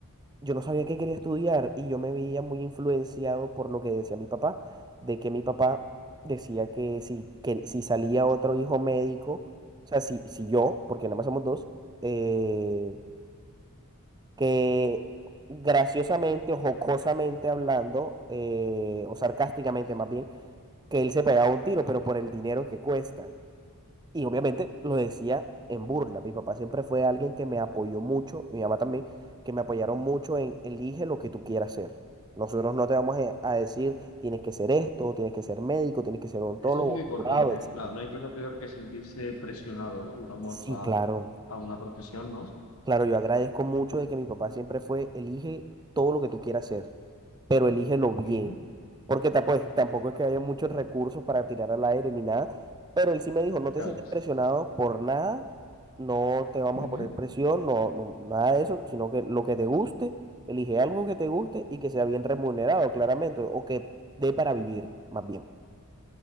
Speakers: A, on the right (about 20°); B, on the left (about 70°).
A: yo no sabía qué quería estudiar y yo me veía muy influenciado por lo que decía mi papá, de que mi papá decía que si, que si salía otro hijo médico, o sea, si, si yo, porque nada más somos dos, eh, que graciosamente o jocosamente hablando, eh, o sarcásticamente más bien, que él se pegaba un tiro, pero por el dinero que cuesta. Y obviamente lo decía en burla. Mi papá siempre fue alguien que me apoyó mucho, y mi mamá también, que me apoyaron mucho en elige lo que tú quieras ser. Nosotros no te vamos a a decir tienes que ser esto, tienes que ser médico, tienes que ser odontólogo,
B: Eso es muy importante,
A: abogado, etc.
B: ¿eh? No, no hay cosa peor que sentirse presionado, ¿no? Digamos,
A: Sí,
B: a
A: claro.
B: a una profesión, ¿no?
A: Claro, yo agradezco mucho de que mi papá siempre fue elige todo lo que tú quieras ser. pero elígelo bien.
B: Ujú,
A: Porque ta- pues, tampoco es que haya muchos recursos para tirar al aire ni nada. Pero él sí me dijo, no te
B: claro,
A: sientes presionado por nada, no te vamos
B: ujú,
A: a poner presión, no, no- nada de eso, sino que lo que te guste, elige algo que te guste y que sea bien remunerado, claramente, o que dé para vivir, más bien.